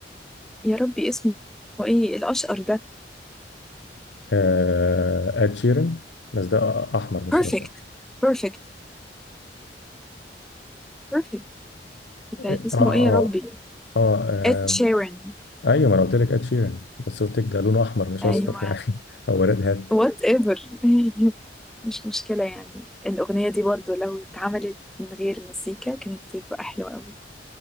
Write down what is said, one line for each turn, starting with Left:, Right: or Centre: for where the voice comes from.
Centre: يا ربي اسمه ايه الاشقر ده
Left: آه اد شيرن بس ده احمر مش
Centre: بيرفكت
Left: اشقر
Centre: بيرفكت بيرفكت بتاعت
Left: اه
Centre: اسمه
Left: اه
Centre: ايه يا ربي
Left: اه, آه.
Centre: اد شيران
Left: ايوه ما انا قلت لك اد شيران بس قلت لك ده لونه احمر مش
Centre: ايوه
Left: اصفر يعني <laughs> هو ريد هات
Centre: وات ايفر <laughs> مش مشكله يعني الاغنيه دي برضو لو اتعملت من غير مزيكا كانت هتبقى حلوه قوي